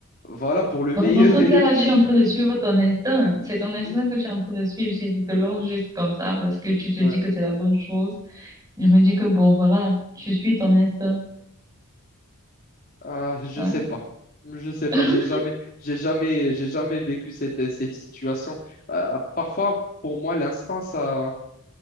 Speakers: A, on the left; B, on the right.
A: voilà pour le
B: Bon,
A: meilleur
B: dans ce
A: et
B: cas-là,
A: le pire.
B: je suis en train de suivre ton instinct. C'est ton instinct
A: Hmm,
B: que je suis en train de suivre. Si tu te lances juste comme ça parce que tu te
A: ouais.
B: dis que c'est la bonne chose, je me dis que bon, voilà, tu suis ton instinct.
A: Ah, je
B: Ouais.
A: sais pas. Je sais pas.
B: <laughs>
A: J'ai jamais, j'ai jamais, j'ai jamais vécu cette, cette situation. Euh, parfois, pour moi, l'instinct, ça,